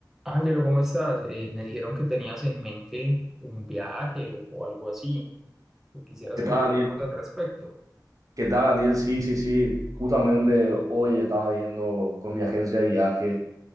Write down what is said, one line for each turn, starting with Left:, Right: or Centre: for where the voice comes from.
Centre: Ángelo, ¿cómo estás? Eh, me dijeron que tenías en mente un viaje o algo así. ¿Quisieras
Right: ¿Qué
Centre: contar
Right: tal, Daniel?
Centre: más al respecto?
Right: ¿Qué tal, Daniel? Sí, sí, sí. Justamente hoy estaba viendo con mi agencia de viaje